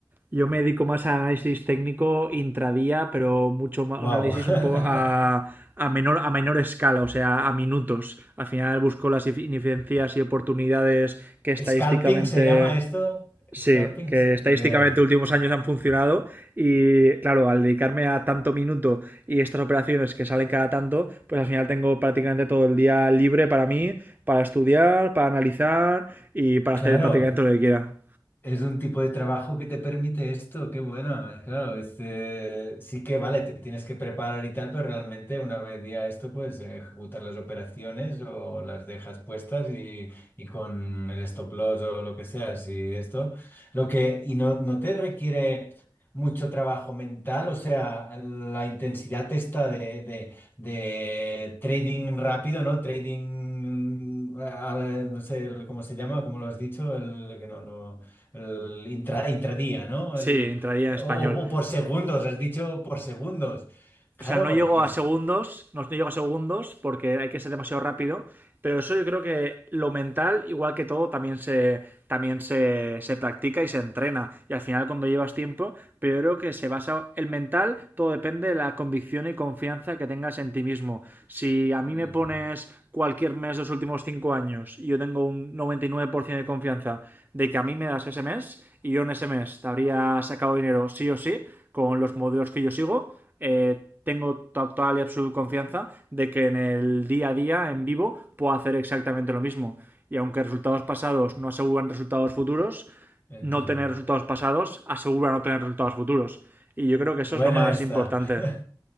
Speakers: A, on the right; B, on the left.
A: Yo me dedico más a análisis técnico intradía, pero mucho más,
B: Wow.
A: un análisis
B: <laughs>
A: un poco a, a, menor, a menor escala, o sea, a minutos. Al final busco las ineficiencias y oportunidades que estadísticamente
B: Scalping se llama esto.
A: Sí,
B: Scalping,
A: que
B: se-
A: estadísticamente
B: yeah.
A: últimos años han funcionado y claro, al dedicarme a tanto minuto y estas operaciones que salen cada tanto, pues al final tengo prácticamente todo el día libre para mí, para estudiar, para analizar y para
B: Claro.
A: hacer prácticamente lo que quiera.
B: Es un tipo de trabajo que te permite esto, qué bueno, eh, claro, este, sí que vale, te tienes que preparar y tal, pero realmente una vez ya esto, pues eh, ejecutar las operaciones o las dejas puestas y, y con el stop loss o lo que sea, y esto, lo que, y no, no te requiere mucho trabajo mental, o sea, la intensidad esta de, de, de trading rápido, ¿no? Trading, mm, a la- no sé cómo se llama, como lo has dicho, el que no, no el intra- intradía, ¿no?
A: Sí,
B: El-
A: entraría en español.
B: o, o por segundos, has dicho por segundos. Claro,
A: O sea, no llego
B: y
A: a
B: es...
A: segundos, no, no llego a segundos porque hay que ser demasiado rápido, pero eso yo creo que lo mental, igual que todo, también se, también se, se practica y se entrena. Y al final cuando llevas tiempo, pero yo creo que se basa el mental, todo depende de la convicción y confianza que tengas en ti mismo. Si a
B: Ujú,
A: mí me pones cualquier mes de los últimos cinco años y yo tengo un 99% de confianza de que a mí me das ese mes y yo en ese mes te habría sacado dinero sí o sí, con los modelos que yo sigo. Eh, tengo total y absoluta confianza de que en el día a día, en vivo, puedo hacer exactamente lo mismo. Y aunque resultados pasados no aseguran resultados futuros,
B: entiendo.
A: no tener resultados pasados asegura no tener resultados futuros. Y yo
B: Eh,
A: creo que eso
B: Buena
A: es lo más
B: esta.
A: importante.
B: <laughs>